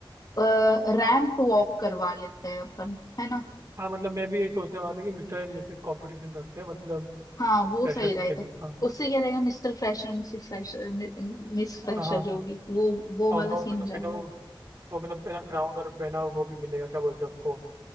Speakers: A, on the left; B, on the right.
A: रैंप वॉक करवा लेते हैं अपन है ना
B: हाँ मतलब मैं भी यही सोचने वाला था कि मिस्टर एंड मिसेस कंपटीशन रखते हैं मतलब
A: हाँ वो
B: फ्रेशर्स
A: सही रहेगा
B: के लिए हाँ
A: उससे क्या रहेगा mister fresher missus fresher miss fresher
B: हाँ हाँ
A: जो भी वो वो
B: और
A: वाला
B: उनका वो
A: सीन
B: मतलब
A: हो जाएगा
B: बिना वो वो मतलब बिना क्राउन और बिना वो भी मिलेगा क्या बोलते हैं उसको